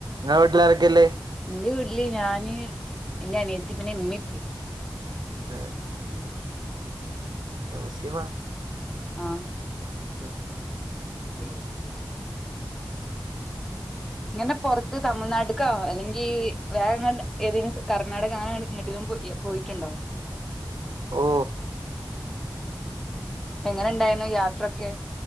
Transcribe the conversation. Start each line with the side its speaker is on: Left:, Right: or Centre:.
Right: നിങ്ങളെ വീട്ടിലാരൊക്കെല്ലേ?
Centre: എന്റെ വീട്ടില് ഞാന് ഇന്റെ അനിയത്തി പിന്നെ ഇമ്മിപ്പ.
Right: ആ
Centre: ഉം <unintelligible>
Right: മുസ്ലിമാ?
Centre: ആഹ്
Right: ആഹ്
Centre: <unintelligible> ഇങ്ങനെ പുറത്ത് തമിഴ്നാടുക്കാ അല്ലെങ്കി വേറെങ്ങ ഏതേലും കർണ്ണാടക അങ്ങനെ ഇ പോയിട്ടുണ്ടോ?
Right: ഓ
Centre: എങ്ങനെ ഇണ്ടായിരുന്നു യാത്രൊക്കെ?